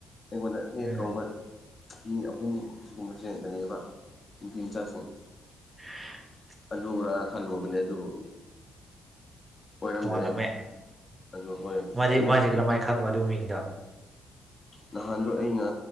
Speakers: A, on the left; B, on the right.
A: ꯑꯩꯉꯣꯟꯗ ꯍꯦꯛ
B: ꯎꯝ
A: ꯍꯦꯛ ꯀꯧꯕ ꯃꯤ ꯑꯍꯨꯝ ꯁꯤꯒꯨꯝꯕꯁꯦ ꯂꯩꯌꯦꯕ ꯅꯨꯄꯤ ꯃꯆꯥꯁꯤꯡ
B: <unintelligible>
A: ꯑꯗꯨꯔ ꯈꯜꯂꯨꯕꯅꯦ ꯑꯗꯨꯕꯨ ꯑꯣꯏꯔꯝꯗ꯭ꯔꯦ
B: ꯇꯣꯉꯥꯜꯂꯝꯃꯦ
A: ꯑꯗꯨ ꯍꯣꯏ
B: ꯃꯥꯗꯤ
A: ꯅꯦꯛꯁ
B: ꯃꯥꯗꯤ ꯀꯔꯝꯃꯥꯏꯅ
A: ꯤ
B: ꯈꯪꯕ ꯑꯗꯨ ꯃꯤꯡꯗꯣ
A: ꯅꯍꯥꯟꯗꯣ ꯑꯩꯅ